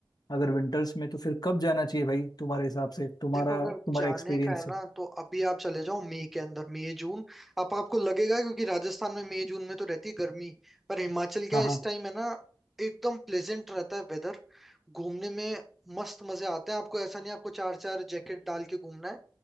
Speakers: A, on the left; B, in the centre.
A: अगर विंटर्स में तो फिर कब जाना चाहिए भाई तुम्हारे हिसाब से तुम्हारा
B: देखो अगर
A: तुम्हारा
B: जाने
A: एक्सपीरियंस
B: का है
A: से
B: ना तो अभी आप चले जाओ मई के अंदर मई जून आप आपको लगेगा क्योंकि राजस्थान में मई जून में तो रहती है गर्मी पर हिमाचल का
A: हाँ हाँ
B: इस टाइम है ना एकदम प्लेजेंट रहता है वेदर घूमने में मस्त मजे आते हैं आपको ऐसा नहीं आपको चार चार जैकेट डाल के घूमना है